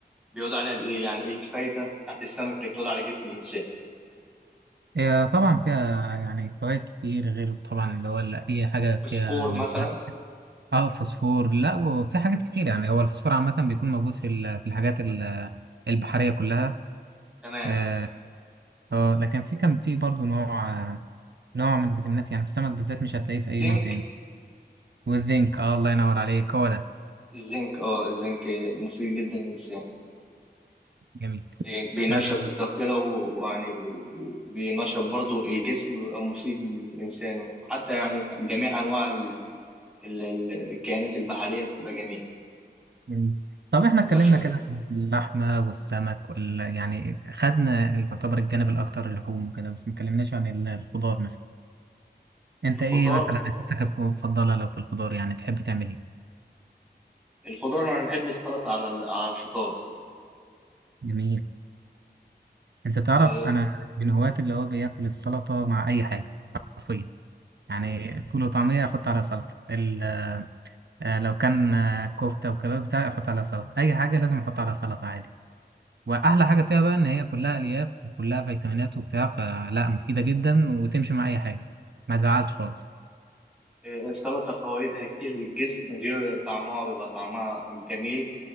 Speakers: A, in the centre; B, on the right (about 75°).
A: بيقول عليها بإيه يعني إيه الفايدة بتاعت السمك اللي بتقول على جسم الإنسان
B: هي طبعا فيها يعني فوائد كتير غير طبعا اللي هو اللي أي حاجة فيها
A: فوسفور
B: من
A: مثلا
B: اه فوسفور لا وفي حاجات كتير يعني هو الفوسفور عامة بيكون موجود في ال- في الحاجات ال- البحرية كلها
A: تمام
B: اه آه، لكن في كان في برضه نوع آه، نوع من الفيتامينات يعني في السمك بالذات مش هتلاقيه في
A: زنك
B: أي نوع تاني والزنك اه الله ينور عليك هو ده
A: الزنك اه الزنك مفيد جدا للإنسان
B: جميل
A: بي- بينشط
B: آه
A: الذاكرة و- ويعني و- بينشط برضو الجسم بيبقى مفيد للإنسان وحتى يعني جميع أنواع ال- ال- ال- الكائنات البحرية بتبقى جميلة
B: جميل طب احنا
A: يبقى
B: اتكلمنا
A: في
B: كده عن اللحمة والسمك وال يعني خدنا يعتبر الجانب الأكتر اللحوم وكده بس ما اتكلمناش عن ال- الخضار مثلا انت
A: الخضار
B: ايه مثلا أكلتك المفضلة لو في الخضار يعني تحب تعمل ايه؟
A: الخضار أنا بحب السلطة على ال- على الفطار
B: جميل انت تعرف
A: إيه،
B: انا من هواة اللي هو بياكل السلطه مع اي حاجه حرفيا يعني فول وطعميه احط عليها سلطه ال- آه، لو كان آه، كفته وكباب بتاعي احط عليها سلطه اي حاجه لازم احط عليها سلطه عادي واحلى حاجه فيها بقى ان هي كلها الياف وكلها فيتامينات وبتاع فلا مفيده جدا وتمشي مع اي حاجه ما تزعلش خالص
A: إيه، السلطة فوائدها كتير للجسم غير طعمها بيبقى طعمها جميل